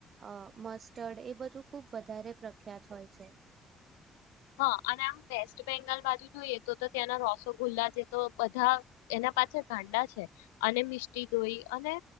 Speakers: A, on the right; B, on the left.
A: અ મસ્ટર્ડ એ બધું ખુબ વધારે પ્રખ્યાત હોય છે.
B: હા અને આમ વેસ્ટ બેંગાલ બાજુ જોઈએ તો. ત્યાંના રોસો ગુલ્લા જે તો બ. ા એના પાછળ ગાંડા છે અને મિસ્ટી દોઈ અને